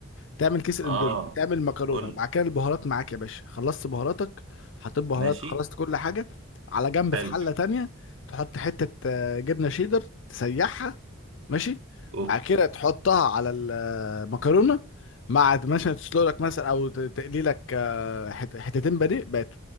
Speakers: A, on the left; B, on the right.
A: تعمل كيس الاندومي
B: اه
A: تعمل مكرونه
B: قول
A: وبعد
B: لي.
A: كده البهارات معاك يا باشا خلصت بهاراتك حطيت بهارات
B: ماشي
A: خلصت كل حاجه على جنب
B: حلو
A: في حله تانية تحط حته آه، جبنه شيدر تسيحها ماشي
B: اوه
A: بعد كده تحطها على المكرونه مع مثلا تسلق لك مثلا او ت- تقلي لك آه، حت- حتتين بانيه بقت